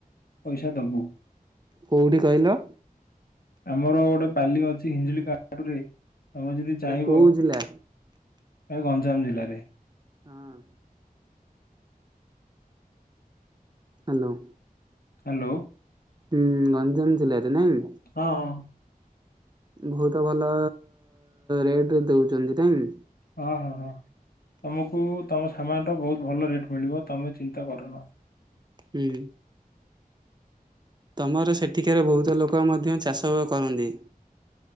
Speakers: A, on the left; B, on the right.
A: ପଇସା ଦବୁ।
B: କଉଠି‌ କହିଲ?
A: ଆମର ଗୋଟେ ପାଲି ଅଛି ହିଞ୍ଜୁଳି କାଡୁରେ ତମେ ଯଦି
B: ସେଟା
A: ଚାହିଁବ
B: କୋଉ ଜିଲ୍ଲା?
A: ଏ ଗଞ୍ଜାମ ଜିଲ୍ଲାରେ।
B: ହଁ। ହ୍ୟାଲୋ।
A: ହ୍ୟାଲୋ।
B: ହୁଁ ଗଞ୍ଜାମ ଜିଲ୍ଲାରେ ନାଇଁ।
A: ହଁ ହଁ‌।
B: ବହୁତ ଭଲ ରେଟ୍ଞ ଦଉଛନ୍ତି ତାଇଁ।
A: ହଁ ହଁ ହଁ ତମକୁ ତମ ସାମାନର ବହୁତ ଭଲ ରେଟ୍ ମିଳିବ ତମେ ଚିନ୍ତା କରନା।
B: ହୁଁ। ତମର ସେଠିକାର ବହୁତ ଲୋକ ମଧ୍ୟ ଚାଷ କରନ୍ତି।